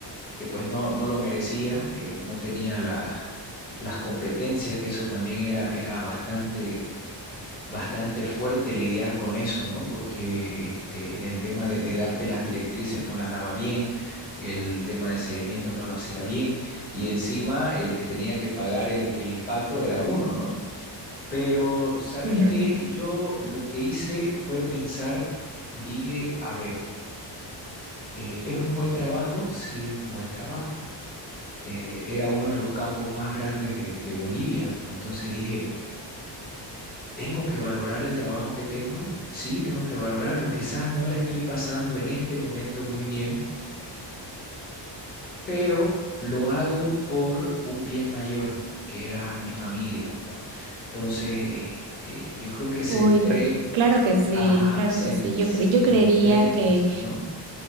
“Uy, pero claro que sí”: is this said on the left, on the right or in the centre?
Right